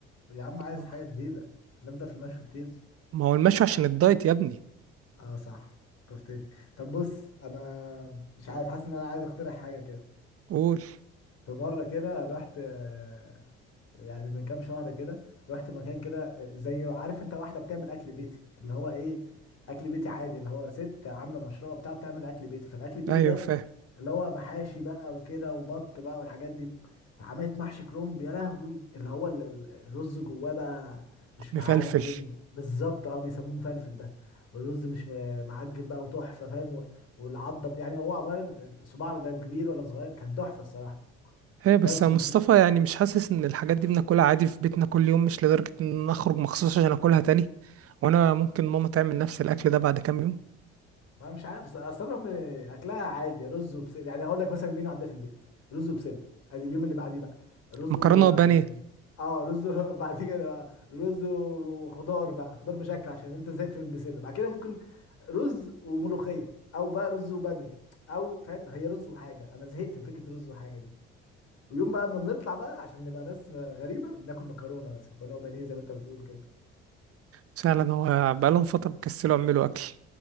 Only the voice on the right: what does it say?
آه.
ما هو المشوي عشان الدايت يا ابني
قول
أيوة
فاهم
مفلفل
هي بس
يا مصطفى
يعني مش حاسس ان الحاجات دي بناكلها عادي في بيتنا كل يوم مش لدرجة ان اخرج مخصوص عشان اكلها تاني وانا ممكن ماما تعمل نفس الاكل ده بعد كام يوم
مكرونة
وبانيه
فعلا هو بقالهم فترة بيكسلوا يعملوا اكل